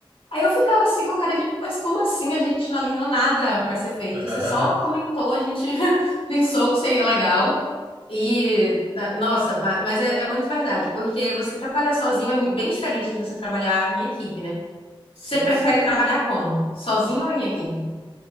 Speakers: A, on the left; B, on the right.
A: Aí eu ficava assim com a cara de, mas como assim? A gente não alinhou nada para ser feito.
B: <laughs>
A: Você só comentou, a gente <laughs> pensou que seria legal. E, ah, nossa, ma- mas é, é muito verdade, porque você trabalhar sozinho é mui- bem diferente de você trabalhar em equipe, né?
B: Sim,
A: Você prefere
B: sim.
A: trabalhar como? Sozinho ou em equipe?